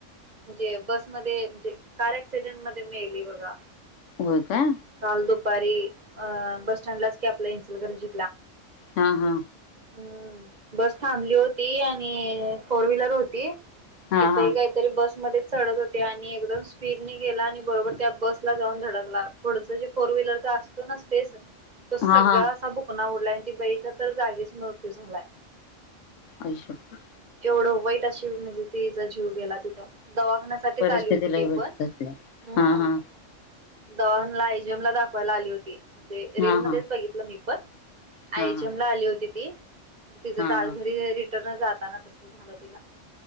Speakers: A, on the right; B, on the left.
A: म्हणजे बसमध्ये, म्हणजे कार आक्सिडेंट मध्ये, मेली बघा..
B: हो का,,
A: काल दुपारी अंऽ बस स्टँडलाच की आपला इचलकरंजी
B: हा हा
A: हम् बस थांबली होती, आणि फोर व्हीलर होती
B: हा
A: ती
B: हा
A: बाई काहीतरी बसमध्येध्ये. चडत होते आणि एकदम स्पीडन गेला आणि बरोबर त्या बसला जाऊन धडकला पुढचं जे फोर व्हीलर. जा असतो ना स्पेस. तो सगळा
B: हा हा
A: असा भुकणा उडलाय आणि ती बईचा तर जागीच मृत्यू झालाय.
B: आई शपथ
A: एवढं वाईट अशी म्हणजे ते. जीव गेला तिथं,, दवाखान्यासाठीच
B: परिस्थितीलाही
A: आली होती ती
B: भेटत
A: पण,,
B: असेल
A: हम्
B: हा हा
A: दवाखाना ला आयजीएम ला दाखवायला आली होती,, म्हणजे रीलमध्येध्येच
B: हा हा
A: बघितलं मी.
B: हा
A: आईजमला
B: हा
A: आली होती ती, तिच
B: हा हा
A: दाल घरी. जाताना तस झालं तिला.